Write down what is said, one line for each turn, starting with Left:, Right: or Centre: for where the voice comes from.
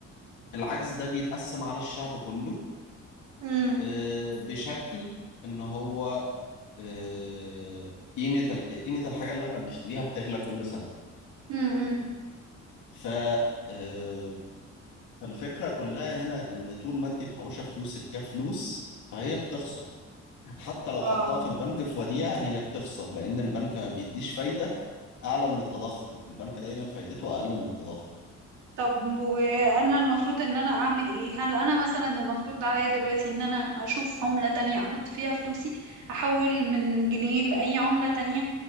Left: فالعجز ده بيتقسم على الشعب كله
Right: مم.
Left: آه، بشكل ان هو آه، قيمة ال- قيمة الحاجة اللي احنا بنشتريها بتغلى كل سنة
Right: مم. مم.
Left: ف آه، فالفكرة كلها هنا ان طول ما انت محوشة فلوسك كفلوس فهي بتخسر حتى لو
Right: اه
Left: حطها في البنك في وديعة هي بتخسر لأن البنك ما بيديش فايدة أعلى من التضخم البنك دايما فايدته أقل من التضخم
Right: طب وانا المفروض ان انا اعمل ايه هل انا مثلا المفروض عليا دلوقتي ان انا اشوف عملة تانية احط فيها فلوسي احول من جنيه لاي عملة تانية